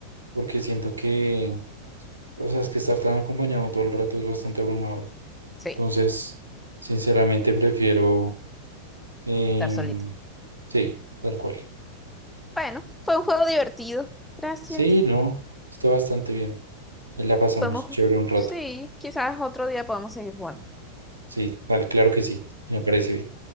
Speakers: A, on the right (about 80°); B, in the centre.
A: porque siento que, o sea, es que estar tan acompañado todo el rato es bastante abrumador.
B: Sí,
A: Entonces, sinceramente prefiero, em,
B: estar solito.
A: sí, tal cual.
B: Bueno, fue un juego divertido. Gracias.
A: Sí, no, está bastante bien. Ahí la pasamos
B: Podemos,
A: chévere un rato.
B: sí, quizás otro día podemos seguir jugando.
A: Sí, vale, claro que sí, me parece bien.